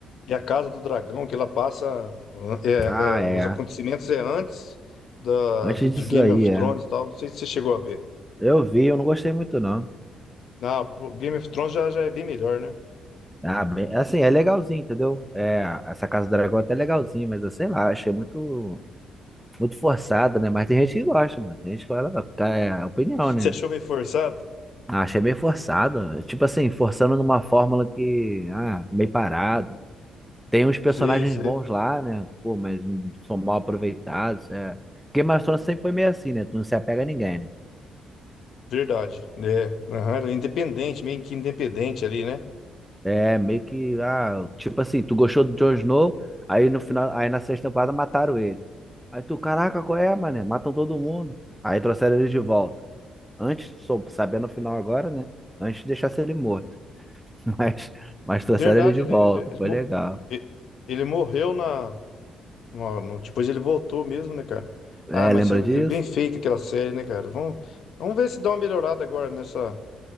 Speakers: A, on the left; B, in the centre.
A: que é a Casa do Dragão, que ela passa é,
B: ah,
A: é,
B: é.
A: os acontecimentos é antes da,
B: Antes
A: do, de
B: disso
A: Game
B: aí,
A: of
B: é.
A: Thrones e tal. Não sei se você chegou a ver.
B: Eu vi, eu não gostei muito, não.
A: Ah, o Game of Thrones já, já é bem melhor, né?
B: Ah, bem, assim, é legalzinho, entendeu? É, essa Casa do Dragão é até legalzinho, mas eu sei lá, achei muito muito forçada, né? Mas tem gente que gosta, mano. Tem gente que fala, "Ah, tá, é opinião, né?
A: Você achou meio forçado?
B: Ah, achei meio forçado. Tipo assim, forçando numa fórmula que, ah, meio parado. Tem uns personagens
A: Sim, sim.
B: bons lá, né? Pô, mas não são mal aproveitados. É. Game of Thrones sempre foi meio assim, né? Tu não se apega a ninguém, né?
A: Verdade. É, aham, ele é independente, meio que independente ali, né?
B: É, meio que, ah, tipo assim, tu gostou do Jon Snow, aí no final, aí na sexta temporada mataram ele. Aí tu, caraca, qual é, mané? Matam todo mundo. Aí trouxeram ele de volta. Antes, sou sabendo o final agora, né? Antes de deixar ele morto. <laughs> mas, mas trouxeram
A: Verdade,
B: ele de
A: ele,
B: volta,
A: ele, ele,
B: foi
A: mo-
B: legal.
A: ele ele morreu na, No- no- depois ele voltou mesmo, né, cara?
B: É,
A: Ah, mas
B: lembra
A: eu-
B: disso?
A: eu- bem feito aquela série, né, cara? Vamos, vamos ver se dá uma melhorada agora nessa,